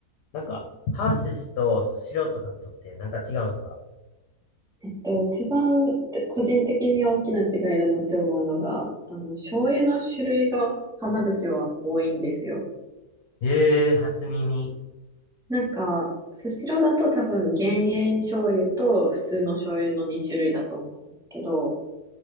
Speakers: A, on the left; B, in the centre.
A: なんか、ハーシスとスシローとかとってなんか違うんですか
B: えっと、一番個人的に大きな違いだなって思うのが、あの、醤油の種類が、はま寿司は多いんですよ。
A: ええー、初耳。
B: なんか、スシローだと多分減塩醤油と普通の醤油の2種類だと思うんですけど、